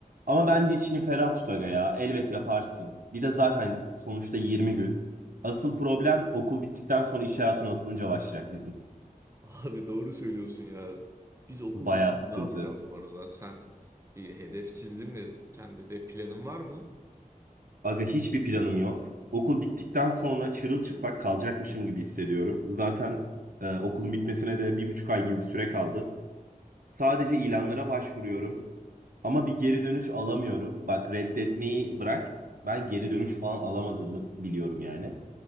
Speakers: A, on the right (about 65°); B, on the right (about 20°).
A: Ama bence içini ferah tut aga ya. Elbet yaparsın. Bir de zaten sonuçta 20 gün. Asıl problem okul bittikten sonra iş hayatına atılınca başlayacak bizim.
B: Abi doğru söylüyorsun ya. Biz okul
A: Bayağı
B: bitince
A: sıkıntı.
B: ne yapacağız bu arada? Sen bir hedef çizdin mi? Kendine planın var mı?
A: Aga hiçbir planım yok. Okul bittikten sonra çırılçıplak kalacakmışım gibi hissediyorum. Zaten e, okulun bitmesine de bir buçuk ay gibi bir süre kaldı. Sadece ilanlara başvuruyorum. Ama bir geri dönüş alamıyorum. Bak reddetmeyi bırak. Ben geri dönüş falan alamadığımı biliyorum yani.